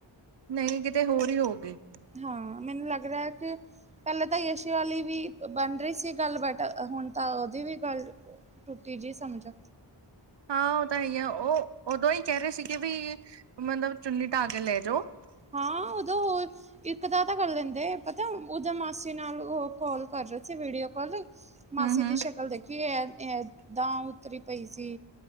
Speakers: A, on the right (about 65°); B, on the right (about 15°).
A: ਨਹੀਂ ਕਿਤੇ ਹੋਰ ਹੀ ਹੋਊਗੇ।
B: ਹਾਂ ਮੈਨੂੰ ਲੱਗਦਾ ਹੈ ਕੇ। ਪਹਿਲੇ ਤਾਂ ਯਸ਼ੀ ਵਾਲੀ ਵੀ ਬਣ ਰਹੀ ਸੀ ਗੱਲ ਬਟ ਹੁਣ ਤਾਂ ਉਹਦੀ ਵੀ ਗੱਲ। ਟੁੱਟੀ ਜਿਹੀ ਸਮਝੋ।
A: ਹਾਂ ਉਹ ਤਾਂ ਹੈ ਆ ਉਹ ਉਦੋਂ ਹੀ ਕਹਿ ਰਹੇ ਸੀਗੇ ਬਈ ਮਤਲਬ ਚੁੰਨੀ ਢਾਹ ਕੇ ਲੈ ਜਾਓ।
B: ਹਾਂ ਉਦੋਂ ਹੋਰ। ਇੱਕ ਦਾ ਤਾਂ ਕਰ ਲੈਂਦੇ ਪਤਾ ਅੋਥੇ ਮਾਸੀ ਨਾਲ ਉਹ ਕਾਲ ਕਰ ਰਹੇ ਸੀ ਵੀਡੀਓ ਕਾਲ। ਮਾਸੀ
A: ਹੂੰ ਹੂੰ
B: ਦੀ ਸ਼ਕਲ ਦੇਖੀ ਇਹ ਏਦਾਂ ਉੱਤਰੀ ਪਈ ਸੀ।